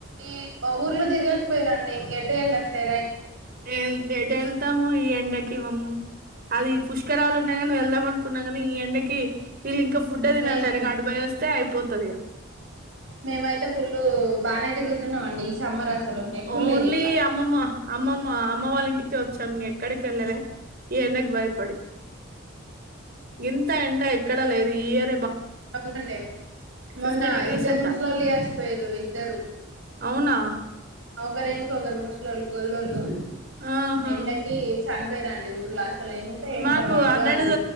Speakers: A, on the right; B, on the right.
A: ఇ బవుర్లు తిరిగే పోయిరండి ఇంగటు ఎల్లట్లే
B: ఎంత ఎటు వెళ్తాం ఈ ఎండకి కివ మూ అది పుష్కరాలు ఉన్నాయిగా వెళ్దాం ఏమో అనుకున్నా కానీ ఈ ఎండకి వీళ్ళ ఇంకా ఫుడ్డే తినలే
A: మేము
B: నేను అటు పోయి వస్తే పోతదిగా
A: మేమయితే ఫుల్ బాగనే తిరుగుతున్నామండి ఈ సమ్మర్ అసలు ఎప్పుడు
B: ఓన్లీ
A: లేదు ఇట్లా
B: అమ్మమ్మ అమ్మమ్మ అమ్మ వాళ్ళ ఇంటికి వచ్చాం ఎక్కడికి వెళ్ళలే ఈ ఎండకు భయపడి ఇంత ఎండ ఎక్కడా లేదు తీయ్యర్
A: అవునండి మొన్న
B: ఫిఫ్టీ డిగ్రీస్
A: ఇద్దరు
B: అంట
A: ముసలోళ్ళు చచ్చిపోయిర్రు ఇద్దరు.
B: అవునా
A: ఆ ఒకరు వెనక ఒకరు ముసలోళ్ళు గొల్లోళ్ళు.
B: ఆహా
A: ఎండకి చనిపోయిరండి ఊర్లా. అసలు ఎంత ఎండ
B: మాకు
A: వడగాలి
B: హండ్రెడ్